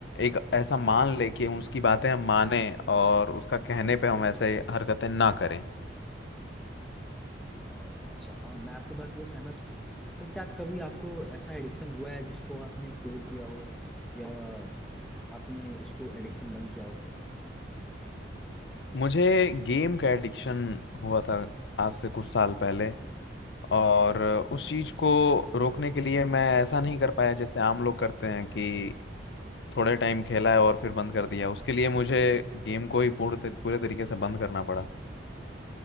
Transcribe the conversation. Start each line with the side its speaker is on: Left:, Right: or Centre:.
Left: एक ऐसा मान ले कि उसकी बातें हम माने और उसका कहने पे हम ऐसे हरकतें ना करें
Centre: हैं अ, अच्छा हाँ मैं आपकी बात पे सहमत हूँ तो क्या कभी आपको ऐसा एडिक्शन हुआ है जिसको आपने क्योर किया हो या आपने इसको एडिक्शन बंद किया हो
Left: मुझे गेम का एडिक्शन हुआ था आज से कुछ साल पहले और उस चीज को रोकने के लिए मैं ऐसा नहीं कर पाया जैसे आम लोग करते हैं कि थोड़े टाइम खेला है और फिर बंद कर दिया उसके लिए मुझे गेम को ही पूर्ण तरी- पूरे तरीके से बंद करना पड़ा